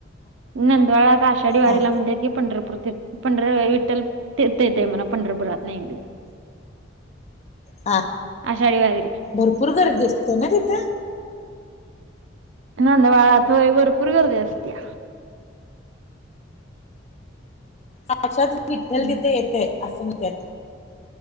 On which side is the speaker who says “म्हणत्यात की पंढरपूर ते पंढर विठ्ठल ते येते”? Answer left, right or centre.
Right